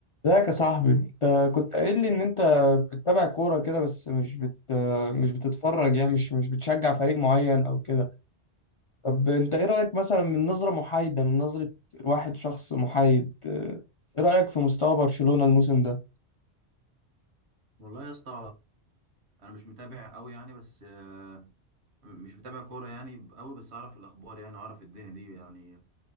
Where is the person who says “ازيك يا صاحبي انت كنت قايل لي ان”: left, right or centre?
Left